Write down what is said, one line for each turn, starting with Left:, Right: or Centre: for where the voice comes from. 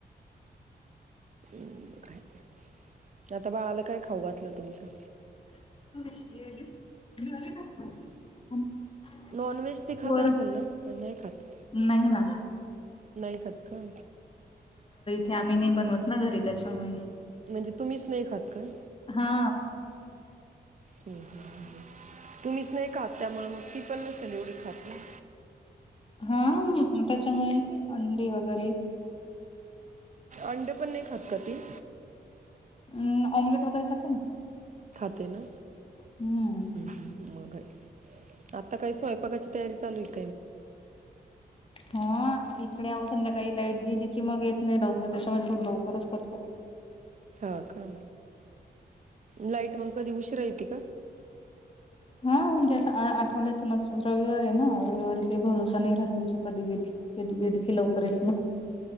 Right: हम् काय त्यात बाळाला काय खाऊ घातलंत. तमच्या
Left: <unintelligible>
Right: नॉन व्हेज ते खात
Left: वर
Right: असेल ना? का नाही खात
Left: नाही ना
Right: नाही खात का!
Left: ते आम्ही नाही बनवत ना घरी त्याच्यामुळे
Right: म्हणजे तुम्हीच नाही खात काय.
Left: हा
Right: हम हम हम तुम्हीच नाही खात त्यामुळे मग पिपलला सलवडी खात ना!
Left: हा मग त्याच्यामुळे अंडी वगैरे,
Right: अंड पण नाही खात का ती
Left: अम् ऑम्लेट वगैरे खाते ना!
Right: खाते ना!
Left: हम्म
Right: मग आता काय स्वयंपाकाचे तयारी चालू हे.
Left: हा एक कडे आवं संध्याकाही लाईट गेली, कि मग येत नाही लवकर त्याच्यामुळे थोड लवकरच करतो.
Right: हा का, लाईट मंग कधी उशिरा येती का?
Left: हा जस आ आठवड्यातूनच रविवार हे ना! रविवारी काही भरोसा नाही राहत तिच कधी गेली कधी गेली की लवकर येत ना